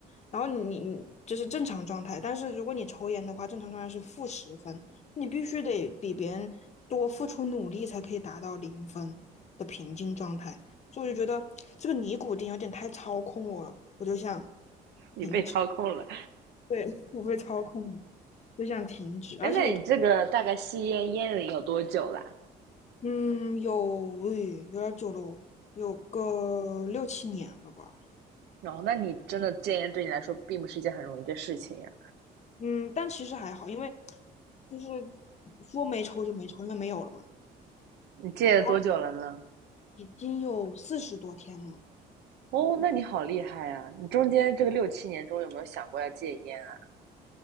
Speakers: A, on the left; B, on the right.
A: 然后你你你就是正常状态，但是如果你抽烟的话，正常状态是负十分，你必须得比别人多付出努力才可以达到零分的平静状态，所以我就觉得这个尼古丁有点太操控我了，我就想。
B: 你被操控了。
A: 停对，我被操控，就想停止，而且，
B: 哎，那你这个大概吸烟烟龄有多久啦？
A: 嗯，有，诶，有点儿久了哦有个六七年了吧，
B: 哦，那你真的戒烟对你来说并不是一件很容易的事情呀。
A: 嗯，但其实还好，因为就是说没抽就没抽，因为没有了嘛，然
B: 你戒了多久了呢？
A: 后已经有四十多天了，
B: 哦，那你好厉害啊！你中间这个六七年中有没有想过要戒烟啊？